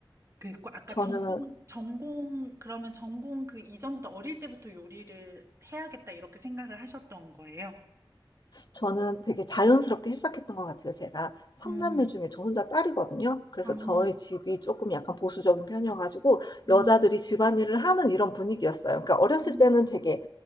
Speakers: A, on the right; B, on the left.
A: 그, 과- 아까
B: 저는
A: 전공, 전공, 그러면 전공 그 이전부터 어릴 때부터 요리를 해야겠다 이렇게 생각을 하셨던 거예요?
B: 저는 되게 자연스럽게 시작했던 것 같아요. 제가 3
A: 음,
B: 남매 중에 저 혼자 딸이거든요. 그래서
A: 아,
B: 저희 집이 조금 약간 보수적인 편이어 가지고
A: 음,
B: 여자들이 집안일을 하는 이런 분위기였어요. 그러니까 어렸을
A: 음,
B: 때는 되게